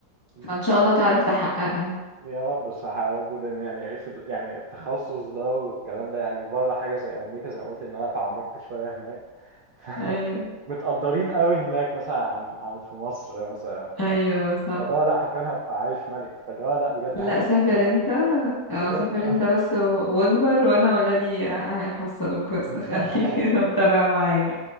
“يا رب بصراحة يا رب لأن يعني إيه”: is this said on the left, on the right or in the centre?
Right